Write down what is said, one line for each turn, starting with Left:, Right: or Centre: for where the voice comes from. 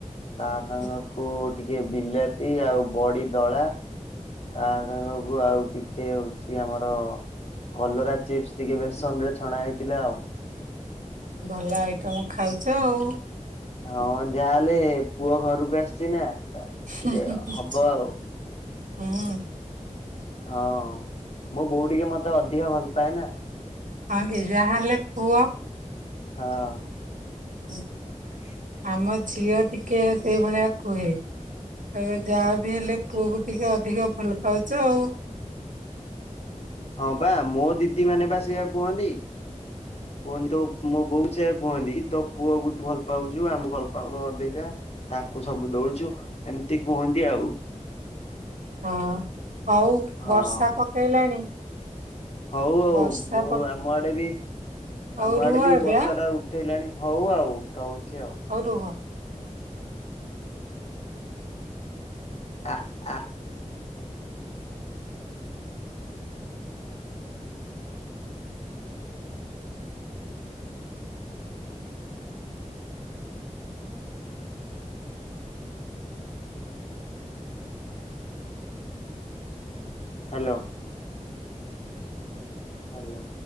Left: ତା ସାଙ୍ଗ
Right: ହୁଁ।
Left: କୁ ଟିକେ ବିଲାତି ଆଉ ବଡି ଦଳା। ତା ସାଙ୍ଗକୁ ଆଉ ଟିକେ ହଉଛି ଆମର କଲରା ଚିପ୍ସ ଟିକେ ବେସନରେ ଛଣା ହେଇଥିଲା ଆଉ।
Right: ଭଲ ଆଇଟମ ଖାଉଛ ଆଉ।
Left: ହଁ ଯାହାହେଲେ ପୁଅ ଘରକୁ ଆସିଛି ନା। ଟିକେ
Right: <unintelligible>
Left: ହବ ଆଉ
Right: ହୁଁ।
Left: ହଁ, ମୋ ବୋଉ ଟିକେ ମତେ ଅଧିକ ଭଲ ପାଏ ନା।
Right: ହଁ କି ଯାହା ହଲେ ପୁଅ।
Left: ହଁ।
Right: ହୁଁ।
Left: <inaudible>
Right: ଆମ ଝିଅ ଟିକେ ସେଇଭଳିଆ କୁହେ। କହିବେ ଯାହା ବି ହେଲେ ପୁଅକୁ ଟିକେ ଅଧିକ ଭଲପାଉଛ ଆଉ।
Left: ହଁ ବା ମୋ ଦିଦି ମାନେ ବା ସେଆ କୁହନ୍ତି, କୁହନ୍ତୁ। ମୋ ବୋଉ ବି ସେଇୟା କୁହନ୍ତି ତୋ ପୁଅକୁୁୁ ତୁ ଭଲ ପାଉଛୁ ଆମକୁ ଭଲ ପାଉନୁ ଅଧିକା। ତାକୁ ସବୁ ଦଉଚୁ ଏମିତି କୁହନ୍ତି ଆଉ।
Right: ହଁ ହଉ
Left: ହଁ।
Right: ବର୍ଷା ପକେଇଲାଣି।
Left: ହଉ ଆଉ
Right: ବର୍ଷା
Left: ମୁଁ
Right: ପ
Left: ଆମ ଆଡେ ବି
Right: ହଉ
Left: ଆମ ଆଡେ
Right: ରୁହ
Left: ବି
Right: ଏବେ
Left: ବର୍ଷା
Right: ଆଁ
Left: ଟା ଉଠେଇଲାଣି ହଉ ଆଉ ରହୁଚି ଆଉ।
Right: ହଉ ରୁହ।
Left: ଆ ଆ। ହାଲୋ। ହାଲୋ।